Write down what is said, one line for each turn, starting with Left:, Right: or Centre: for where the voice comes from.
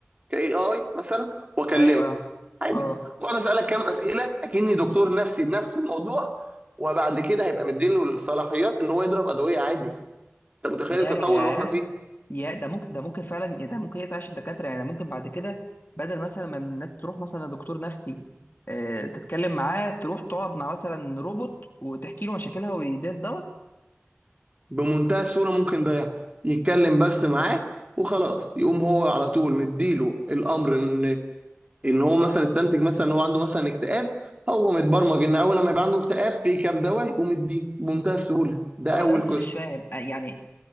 Right: كاي اي مثلا واكلمك
Left: ايوه اه
Right: عادي
Left: اه
Right: واقعد اسالك كام اسئله اكني دكتور نفسي بنفس الموضوع وبعد كده هيبقى مديله الصلاحيات ان هو يضرب ادويه عادي انت متخيل
Left: ياه
Right: التطور اللي احنا فيه
Left: يا ده ممكن ده ممكن فعلا يا ده ممكن يقطع الدكاتره يعني ممكن بعد كده بدل مثلا ما الناس تروح مثلا لدكتور نفسي آه، تتكلم معاه تروح تقعد مع مثلا روبوت وتحكي له مشاكلها ويدير دواء
Right: بمنتهى السهوله ممكن ده يحصل يتكلم بس معاك وخلاص يقوم هو على طول مديله الامر ان ان هو مثلا استنتج مثلا ان هو عنده مثلا اكتئاب هو متبرمج ان اول لما يبقى عنده اكتئاب في كام دواء يقوم يديه بمنتهى السهوله ده
Left: طب انا
Right: اول
Left: بس
Right: قسم
Left: مش فاهم آه، يعني